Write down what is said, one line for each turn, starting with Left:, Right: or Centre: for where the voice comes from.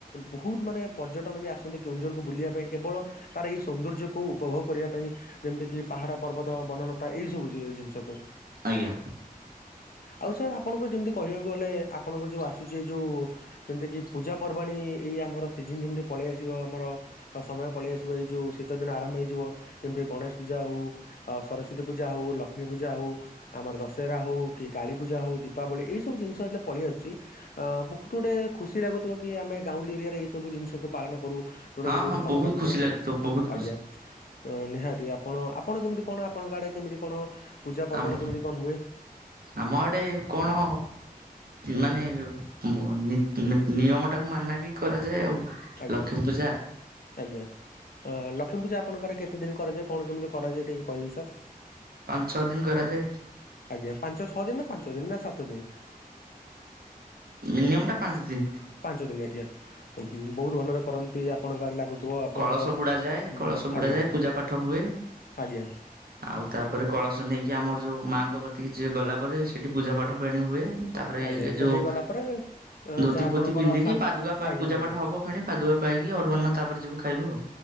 Left: ବହୁତ ମାନେ ପର୍ଯ୍ୟଟନ ବି ଆସନ୍ତି କେଉଁଝରକୁ ବୁଲିବା ପାଇଁ କେବଳ ତାର ଏଇ ସୌନ୍ଦର୍ଯ୍ୟକୁ ଉପଭୋଗ କରିବା ପାଇଁ। ଯେମିତି କିି ପାହାଡ ପର୍ବତ ବନଲତା ଏଇ ସବୁ ଜିନିଷକୁ।
Right: ଆଜ୍ଞା।
Left: ଆଉ ସାର୍ ଆପଣଙ୍କର ଯେମିତି କହିବାକୁ ଗଲେ ଆପଣଙ୍କର ଯୋଉ ଆସୁଛି ଏ ଯୋଉ ଯେମିତିକି ପୂଜାପର୍ବାଣିୀ ଏଇ ଆମର ସିଜନ୍ ଯେମିତି ପଳେଇ ଆସିବ ଆମର ଆଉ ସମୟ ପଳେଇ ଆସିବ ଏଇ ଯୋଉ ଶୀତ ଦିନ ଆରମ୍ଭ ହେଇଯିବ। ଯେମିତି ଗଣେଶ ପୂଜା ହଉ ସରସ୍ଵତୀ ପୂଜା ହଉ ଲକ୍ଷ୍ମୀ ପୂଜା ହଉ ଆମର ଦଶହେରା ହଉ କି କାଳୀ ପୂଜା ହଉ ଦୀପାବଳି ଏଇ ସବୁ ଜିନିଷ ଯେତେଳେ ପଳେଇ ଆସୁଛି ଅ ବହୁତ ଗୁଡେ ଖୁସି ଲାଗୁଥିବ କି ଆମେ ଗାଉଁଲି ଏରିଆରେ ଏଇ ସବୁ ଜିନିଷକୁୁ ପାଳନ କରୁ। ଯୋଉଟା
Right: ହଁ
Left: କି ବହୁତ
Right: ହଁ
Left: ଭଲ ଲାଗୁଥିବ।
Right: ଖୁସି ବହୁତ
Left: ଆଜ୍ଞା
Right: ଖୁସି
Left: ନିହାତି ଆପ ଆପଣ ଆପଣ କେମିତି କଣ ଆପଣଙ୍କ ଆଡେ କେମିତି କଣ ପୂଜା ପର୍ବାଣୀ
Right: ଆମର
Left: କେମିତି କଣ ହୁଏ?
Right: ଆମ ଆଡେ କଣ ମାନେ ନିୟମ ଟାକୁ ମାନାକି କରାଯାଏ ଆଉ।
Left: ଆଜ୍ଞା
Right: ଲକ୍ଷ୍ମୀ ପୂଜା
Left: ଆଜ୍ଞା। ଅଁ ଲକ୍ଷ୍ମୀ ପୂଜା ଆପଣଙ୍କର କେତେ ଦିନ କରାଯାଏ? କଣ କେମିତି କରାଯାଏ ଟିକେ କହିବେ ସାର୍?
Right: ପାଞ୍ଚ ଛଅ ଦିନ କରାଯାଏ।
Left: ଆଜ୍ଞା, ପାଞ୍ଚ ଛଅ ଦିନ ନା ପାଞ୍ଚ ଦିନ ନା ସାତ ଦିନ।
Right: ମିନିମମ୍ ଟା ପାଞ୍ଚ ଦିନ।
Left: ପାଞ୍ଚ ଦିନ ଆଜ୍ଞା ବହୁତ ଭଲରେ କରନ୍ତି। ଆପଣଙ୍କ ଆଡେ ଲାଗୁଥିବ ଆପଣଙ୍କଉଁ
Right: କଳସ ବୁଡା ଯାଏ କଳସ ବୁଡା
Left: ଆଜ୍ଞା
Right: ଯାଏ ପୂଜା ପାଠ ହୁଏ
Left: ଆଜ୍ଞା।
Right: ଆଉ ତାପରେ କଳସ ନେଇକି ଆମର ଯୋଉ ମାଆଙ୍କ କତିକି ଯିଏ ଗଲା ପରେ ସେଠି ପୂଜା ପାଠ ଫେଣି ହୁଏ। ତାପରେ
Left: ଆଜ୍ଞା ସେଠିକି
Right: ଯୋଉ
Left: ଗଲା ପରେ ଅ,
Right: ଧୋତି
Left: ଯାହା
Right: ପୋତି
Left: ଆପଣଙ୍କର
Right: ପିନ୍ଧିକି
Left: ସାମ
Right: ପାଦୁକା
Left: ଆଜ୍ଞା
Right: ପୂଜା
Left: ଆଜ୍ଞା
Right: ପାଠ ହବ ଫେଣେ। ପାଦୁଆ ପାଇକି, ଅରୁଆ ଅର୍ଣ୍ଣ ତାପରେ ଯିବୁ ଖାଇବୁ ଆଉ।